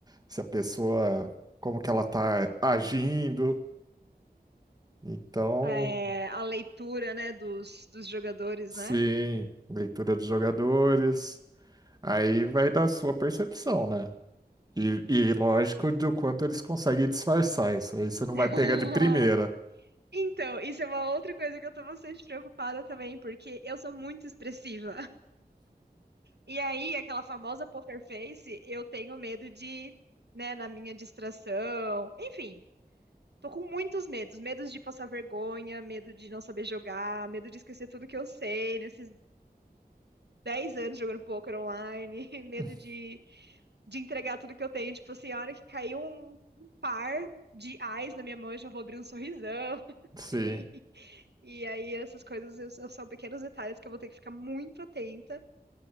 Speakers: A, on the right; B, on the right.
A: se a pessoa, como que ela está agindo. Então,
B: É, a leitura, né, dos, dos jogadores,
A: sim,
B: né?
A: leitura dos jogadores. Aí vai da sua percepção, né? E, e lógico do quanto eles conseguem disfarçar isso. Aí você não
B: <laughs>
A: vai pegar de primeira.
B: Então, isso é uma outra coisa que eu tô bastante preocupada também, porque eu sou muito expressiva. E aí, aquela famosa poker face, eu tenho medo de, né, na minha distração, enfim. Tô com muitos medos, medos de passar vergonha, medo de não saber jogar, medo de esquecer tudo que eu sei nesses 10 anos jogando poker online, <laughs> medo
A: <laughs>
B: de, de entregar tudo que eu tenho. Tipo assim, a hora que caiu um, um par de ais na minha mão, eu já vou abrir um sorrisão, <laughs> assim.
A: Sim.
B: E aí essas coisas eu- são pequenos detalhes que eu vou ter que ficar muito atenta.